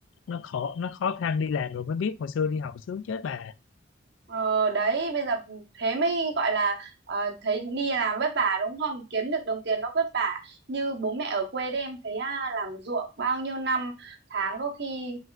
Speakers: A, on the left; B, on the right.
A: nó khó nó khó khăn đi làm rồi mới biết hồi xưa đi học sướng chết bà
B: Ờ, đấy bây giờ thế mới gọi là ờ, thấy đi làm vất vả đúng không kiếm được đồng tiền nó vất vả như bố mẹ ở quê đấy em thấy à, làm ruộng bao nhiêu năm tháng có khi